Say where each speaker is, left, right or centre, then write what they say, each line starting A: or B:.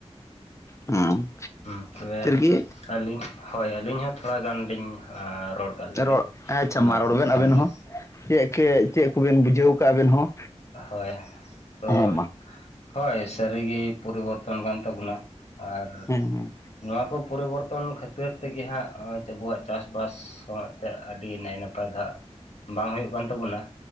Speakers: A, on the left; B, on the left.
A: ᱦᱮᱸ᱾
B: ᱦᱩᱸᱢ ᱛᱚᱵᱮ
A: ᱜᱮ
B: ᱟᱹᱞᱤᱧ ᱦᱳᱭ ᱟᱹᱞᱤᱧ ᱦᱚᱸ ᱛᱷᱚᱲᱟ ᱜᱟᱱ ᱞᱤᱧ ᱟ ᱨᱚᱲ ᱠᱟᱜ ᱞᱮᱜᱮ
A: ᱨᱚᱲ ᱟᱪᱪᱷᱟ
B: ᱱᱚᱣᱟ
A: ᱢᱟ ᱨᱚᱲ
B: ᱠᱚ ᱪᱮᱛᱟᱱ
A: ᱵᱮᱱ ᱟᱵᱮᱱ
B: ᱨᱮ
A: ᱦᱚᱸ, ᱪᱮᱫ ᱠᱮᱱᱪᱮᱫ ᱠᱚ ᱵᱮᱱ ᱵᱩᱡᱷᱟᱹᱣ ᱠᱟᱜᱼᱟ ᱟᱵᱮᱱ ᱦᱚᱸ᱾
B: ᱦᱳᱭ ᱛᱚ
A: ᱦᱮᱸ ᱢᱟ
B: ᱦᱳᱭ ᱥᱟᱹᱨᱤᱜᱤ ᱯᱚᱨᱤᱵᱚᱨᱛᱚᱱ ᱠᱟᱱ ᱛᱟᱵᱚᱱᱟ᱾ ᱟᱨ
A: ᱦᱮᱸ
B: ᱱᱚᱣᱟ ᱠᱚ ᱯᱚᱨᱤᱵᱚᱨᱛᱚᱱ ᱠᱷᱟᱹᱛᱤᱨ ᱛᱮᱜᱮ ᱦᱟᱸᱜ ᱦᱚᱜᱼᱚᱭ ᱟᱵᱚᱣᱟᱜ ᱪᱟᱥ ᱵᱟᱥ ᱦᱚᱸ ᱛᱮᱜ ᱟᱹᱰᱤ ᱱᱟᱭ ᱱᱟᱯᱟᱭ ᱫᱚ ᱦᱟᱸᱜ ᱵᱟᱝ ᱦᱩᱭᱩᱜ ᱠᱟᱱ ᱛᱟᱵᱚᱱᱟ᱾